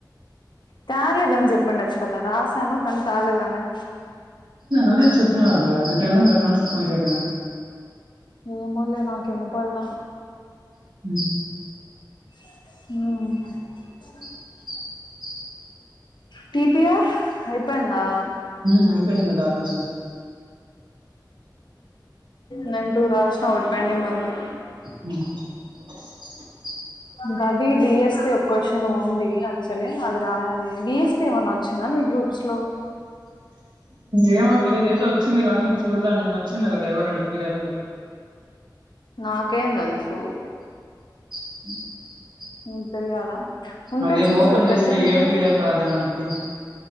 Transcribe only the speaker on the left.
తాగలేదని చెప్పండి <inaudible> రాసాను కానీ తాగలేదాన్ని
ఏమోలే నాకు ఇనపడ్ల
హ్మ్
టీ పి ఆర్ అయిపోయిందా
నేను టూ రాసిన ఒకటి పెండింగ్ ఉంది
ఇంకా అది డిఎస్పి ఒక క్వశ్చన్ ఉంది. యాక్చువల్లీ అది రాయాలి. డిఎస్పి ఏమన్నా వచ్చిందా మీ గ్రూప్ స్లో
నాకేం తెల్సు
నిక్ తెలియదా ఉంటే
చూసేది
పెట్టి
ఉంటే